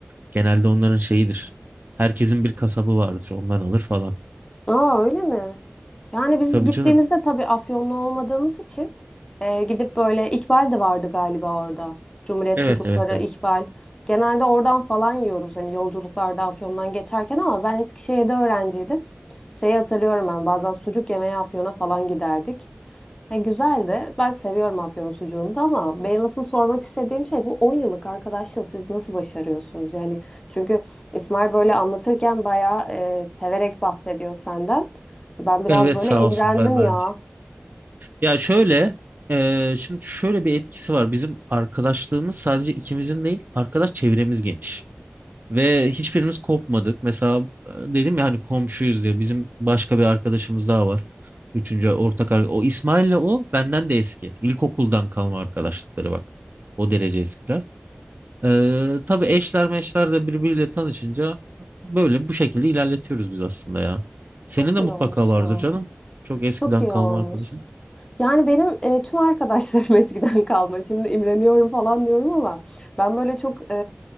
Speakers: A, on the right; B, on the left.
A: Genelde onların şeyidir. Herkesin bir kasabı vardır. Ondan alır falan.
B: Aa öyle mi? Yani biz
A: Tabii
B: gittiğimizde
A: canım.
B: tabii Afyonlu olmadığımız için e, gidip böyle İkbal de vardı galiba orada. Cumhuriyet
A: Evet
B: sucukları,
A: evet evet.
B: İkbal. Genelde oradan falan yiyoruz hani yolculuklarda Afyon'dan geçerken ama ben Eskişehir'de öğrenciydim. Şeyi hatırlıyorum ben bazen sucuk yemeye Afyon'a falan giderdik. Ya güzel de ben seviyorum Afyon sucuğunu da ama benim asıl sormak istediğim şey bu 10 yıllık arkadaşlığı siz nasıl başarıyorsunuz? Yani çünkü İsmail böyle anlatırken bayağı e, severek bahsediyor senden. Ben biraz
A: Evet
B: böyle
A: sağ
B: imrendim
A: olsun ben de
B: ya.
A: aynı şey Ya şöyle, eee, şimdi şöyle bir etkisi var. Bizim arkadaşlığımız sadece ikimizin değil, arkadaş çevremiz geniş. Ve hiçbirimiz kopmadık. Mesela e, dedim ya hani komşuyuz ya bizim başka bir arkadaşımız daha var. Üçüncü ortak arkadaş. O İsmail'le o benden de eski. İlkokuldan kalma arkadaşlıkları bak. O derece eskiler. Eee tabii eşler meşler de birbiriyle tanışınca böyle bu şekilde ilerletiyoruz biz aslında ya. Senin
B: Çok
A: de
B: iyi
A: mutlaka
B: olmuş
A: vardır
B: ya.
A: canım. Çok eskiden
B: Çok iyi
A: kalma
B: olmuş.
A: arkadaşın.
B: Yani benim e, tüm arkadaşlarım <laughs> eskiden kalma. Şimdi imreniyorum falan diyorum ama ben böyle çok e,